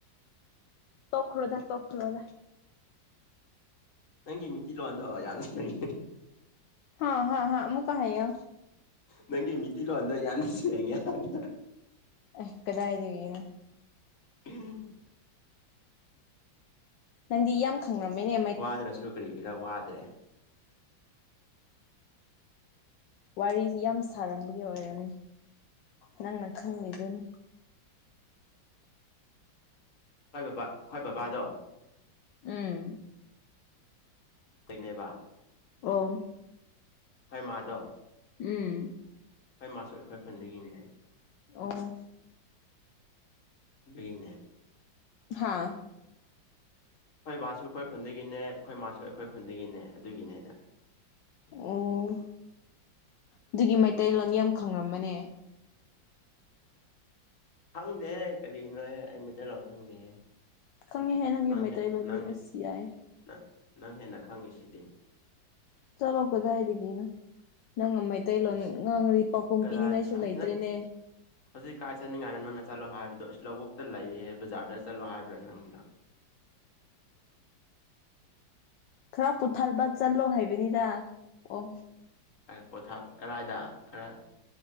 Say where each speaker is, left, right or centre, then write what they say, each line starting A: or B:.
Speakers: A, on the left; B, on the left.
A: ꯇꯣꯈꯔꯣꯗ ꯇꯣꯈꯔꯣꯗ
B: ꯅꯪꯒꯤ ꯃꯤꯇꯤ ꯂꯣꯟꯗꯣ ꯌꯥꯝ ꯁꯦꯡꯉꯦ
A: ꯍꯣꯢ ꯍꯥꯣꯢ ꯑꯃꯨꯛꯀ ꯍꯥꯢꯌꯣ
B: ꯅꯪꯒꯤ ꯃꯤꯇꯤ ꯂꯣꯟꯗꯣ ꯌꯥꯝ ꯁꯦꯡꯉꯦ ꯍꯥꯢꯕ
A: ꯑꯦ ꯀꯗꯥꯏꯗꯒꯤꯅꯣ
B: ꯎꯝ
A: ꯅꯪꯗꯤ ꯌꯝ ꯈꯪꯉꯝꯃꯤꯅꯦ
B: ꯋꯥꯗ꯭ꯔꯁꯨ ꯀꯔꯤꯒꯤꯔ ꯋꯥꯗ꯭ꯔꯦ
A: ꯋꯥꯔꯤꯁꯤ ꯌꯥꯝ ꯁꯥꯔꯝꯕꯒꯤ ꯑꯣꯏꯔꯝꯅꯤ ꯅꯪꯅ ꯈꯪꯂꯤꯗꯨꯅꯤ
B: ꯑꯣꯏ ꯕꯕꯥ ꯑꯣꯏ ꯕꯕꯥꯗꯣ
A: ꯎꯝ
B: ꯀꯦꯡꯅꯕ
A: ꯑꯣ
B: ꯑꯣꯢ ꯃꯥꯥꯗꯣ
A: ꯎꯝ
B: ꯍꯣꯏ ꯃꯥꯁꯨ ꯑꯩꯈꯣꯏ ꯈꯨꯟꯗꯒꯤꯅꯦ
A: ꯑꯣ
B: ꯑꯗꯨꯅꯦ
A: ꯍꯥꯥ
B: ꯑꯩꯈꯣꯏ ꯕꯥꯁꯨ ꯑꯩꯈꯣꯏ ꯈꯨꯟꯗꯒꯤꯅꯦ ꯑꯩꯈꯣꯏ ꯃꯥꯁꯨ ꯑꯩꯈꯣꯏ ꯈꯨꯟꯗꯒꯤꯅꯦ ꯑꯗꯨꯒꯤꯅꯦꯗ
A: ꯑꯣ ꯑꯗꯨꯒꯤ ꯃꯩꯇꯩ ꯂꯪ ꯌꯥꯝ ꯈꯪꯔꯃꯅꯦ
B: ꯈꯪꯗꯦꯍꯦ ꯀꯔꯤꯅꯣꯍꯦ ꯑꯩ ꯃꯩꯇꯩ ꯂꯣꯟ ꯈꯪꯗꯦꯍꯦ
A: ꯈꯪꯉꯤꯍꯦ ꯅꯪꯒꯤ
B: ꯅꯪ
A: ꯃꯩꯇꯩꯂꯣꯟꯗꯤ
B: ꯍꯦ ꯅꯪ ꯍꯦ
A: ꯑꯁ ꯌꯥꯏ
B: ꯅꯪ ꯅꯪ ꯍꯦꯟꯅ ꯈꯪꯉꯤꯁꯤꯗꯤ
A: ꯆꯠꯂꯣ ꯀꯗꯥꯏꯗꯒꯤꯅꯣ ꯅꯪ ꯃꯥꯏ ꯑꯇꯩꯂꯣꯟ
B: ꯏꯁ
A: ꯉꯥꯡꯔꯤ ꯄꯥꯎꯈꯨꯝ
B: ꯀꯗꯥꯏ
A: ꯄꯤꯅꯤꯡꯉꯥꯏꯁꯨ
B: ꯅꯠ
A: ꯂꯩꯇ꯭ꯔꯦꯅꯦ
B: ꯍꯧꯖꯤꯛ ꯀꯥꯏ ꯆꯠꯅꯤꯡꯉꯥꯏꯗ ꯅꯪꯅ ꯆꯠꯂꯣ ꯍꯥꯏꯕꯗꯣ ꯏꯁ ꯂꯧꯕꯣꯛꯇ ꯂꯩꯌꯦ ꯕꯖꯥꯔꯗ ꯆꯠꯂꯣ ꯍꯥꯏꯕ꯭ꯔꯥ ꯅꯪꯗꯣ
A: ꯈꯔ ꯄꯨꯊꯕ ꯆꯠꯂꯣ ꯍꯥꯏꯕꯅꯤꯗ ꯑꯣ
B: ꯄꯣꯊꯥ ꯀꯔꯥꯏꯗ ꯈꯔ